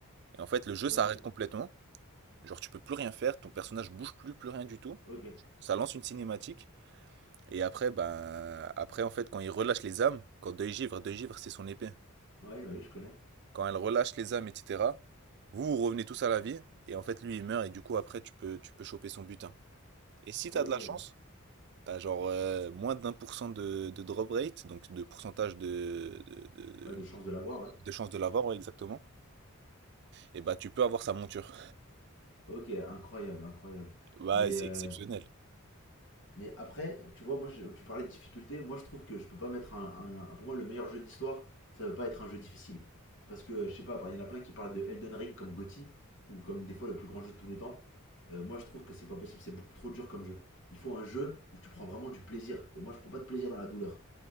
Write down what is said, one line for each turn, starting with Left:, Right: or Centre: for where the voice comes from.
Right: Et en fait, le jeu
Left: ok,
Right: s'arrête complètement. Genre, tu peux plus rien faire, ton personnage bouge plus, plus rien du tout.
Left: ok.
Right: Ça lance une cinématique. Et après, ben, après, en fait, quand il relâche les âmes, quand Deuil Givre, Deuil Givre, c'est son épée.
Left: Ouais, oui, je connais.
Right: Quand elle relâche les âmes, etc., vous, vous revenez tous à la vie. Et en fait, lui, il meurt. Et du coup, après, tu peux, tu peux choper son butin. Et si t'as
Left: Ok,
Right: de la chance, T'as genre euh, moins d'un pour cent de, de drop rate, donc de pourcentage de, de, de,
Left: ouais, de chance de l'avoir, ouais.
Right: de chance de l'avoir, ouais, exactement. Et bah tu peux avoir sa monture.
Left: Ok, incroyable, incroyable.
Right: Ouais,
Left: Mais,
Right: c'est
Left: euh,
Right: exceptionnel.
Left: Mais après, tu vois, moi, je- tu parlais de difficulté. Moi, je trouve que je peux pas mettre un, un- un- Pour moi, le meilleur jeu de l'histoire, ça veut pas être un jeu difficile. Parce que, je sais pas, il y en a plein qui parlent de Elden Ring comme GOTY, ou comme des fois le plus grand jeu de tous les temps. Euh, moi, je trouve que c'est pas possible. C'est beaucoup trop dur comme jeu. Il faut un jeu où tu prends vraiment du plaisir. Et moi, je prends pas de plaisir dans la douleur.